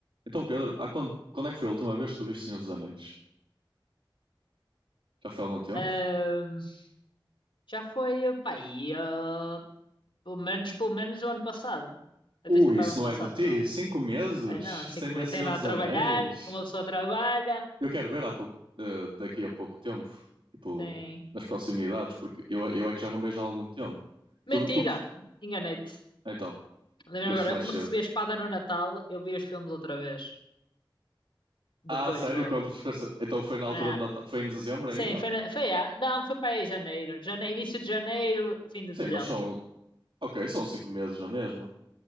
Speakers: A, on the right; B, on the left.
A: Então, Pedro, há quando, quando é que foi a última vez que tu viste Senhor dos Anéis? Já foi há algum tempo?
B: Ahm, já foi, pá, aí, ah, pelo menos, pelo menos o ano passado. Até
A: Ui,
B: se pá,
A: isso
B: o ano
A: não
B: passado
A: é de ti?
B: só.
A: Cinco meses
B: Ai não, cinco
A: sem ver
B: meses.
A: Senhor
B: Tem de a
A: dos
B: trabalhar,
A: Anéis?
B: uma pessoa trabalha,
A: Eu quero ver há pouco, eh, daqui a pouco tempo, tipo,
B: tem.
A: nas proximidades, porque eu, eu é que já não vejo há algum tempo.
B: Mentira!
A: Tu, tu, cust-
B: Enganei-te.
A: então,
B: Lembro
A: veste
B: agora,
A: mais
B: eu como
A: cedo.
B: recebi a espada no Natal, eu vi os filmes outra vez. Depois,
A: Ah, sério?
B: logo.
A: Quando refresca- Então foi na altura
B: Ah,
A: de Natal? Foi em dezembro
B: sim,
A: ainda?
B: foi, na... foi, ah, não, foi para aí janeiro. Jane... Início de janeiro, fim de
A: Sim,
B: dezembro.
A: mas são, ok, são cinco meses na mesma.